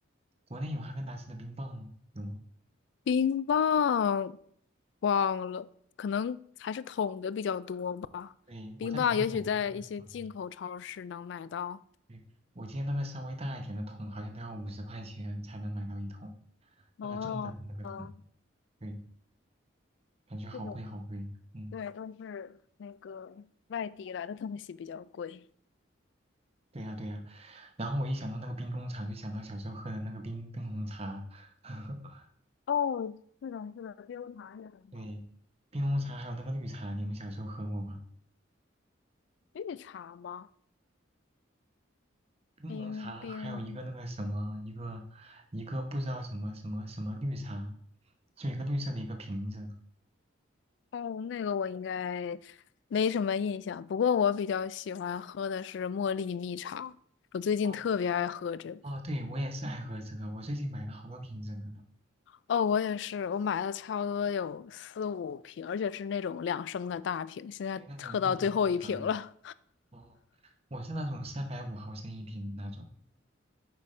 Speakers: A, on the right; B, on the left.
A: 国内有哈根达斯的冰棒吗？有吗？
B: 冰棒，忘了，可能还是桶的比较多吧。
A: 对，
B: 冰棒也许在一些进口超市能买到。
A: 我在国内买的那个桶，对，我记得那个稍微大一点的桶好像都要五十块钱才能买到一桶，
B: 哦，
A: 那个中等的那个桶，
B: 哦
A: 对，感觉好贵好贵。
B: 这种，
A: 嗯，
B: 对，都是那个外地来的东西比较贵。
A: 对呀对呀。然后我一想到那个冰工厂，就想到小时候喝的那个冰冰红茶。<laughs>
B: 哦，是的，是的，冰茶也很好。
A: 对，冰红茶还有那个绿茶，你们小时候喝过吧？
B: 绿茶吗？
A: 冰红茶还有一个那个什么，
B: 冰冰
A: 一个一个不知道什么什么什么绿茶，就一个绿色的一个瓶子。
B: 哦，那个我应该没什么印象，不过我比较喜欢喝的是茉莉蜜茶，我最近特别爱喝这个。
A: 哦哦，对，我也是爱喝这个，我最近买了好多瓶子的呢。
B: 哦，我也是，我买了差不多有四五瓶，而且是那种两升的大瓶，现在喝到最后一瓶了。
A: 对，那种茉莉花茶嘛。哦，我是那种三百五毫升一瓶的那种。